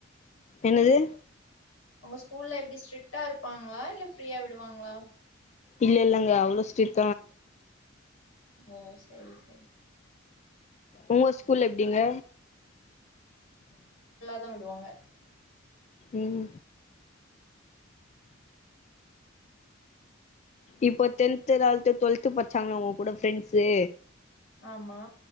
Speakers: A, on the left (about 35°); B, on the left (about 85°).
A: என்னது
B: உங்க ஸ்கூல்ல எப்டி ஸ்ட்ரிக்டா இருப்பாங்களா இல்ல ஃப்ரீயா விடுவாங்களா
A: இல்ல இல்லங்க அவ்வளோ ஸ்ரிட்
B: ஓ சேரி சேரி
A: உங்க ஸ்கூல் எப்டிங்க
B: தா விடுவாங்க
A: உம் இப்ப டென்த்து டூவல்த்து டூவெல்த்து பச்சாங்கல்ல உங்க கூட ஃப்ரெண்ட்சு
B: ஆமா